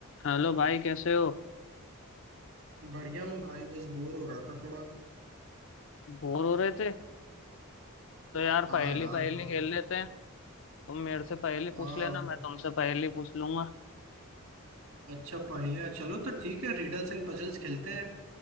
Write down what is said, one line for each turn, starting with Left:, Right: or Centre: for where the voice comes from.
Left: Hello भाई कैसे हो
Right: बढ़िया हूँ भाई बस बोर हो रहा था थोड़ा
Left: बोर हो रहे थे तो यार
Right: हाँ
Left: पहेली
Right: यार
Left: पहेली
Right: ब-
Left: खेल लेते हैं तुम मेरे से पहेली पूछ
Right: वाह
Left: लेना मैं तुमसे पहेली पूछ लूंगा
Right: अच्छा पहेलियाँ चलो तो ठीक है रिडल्स एंड पजल्स खेलते हैं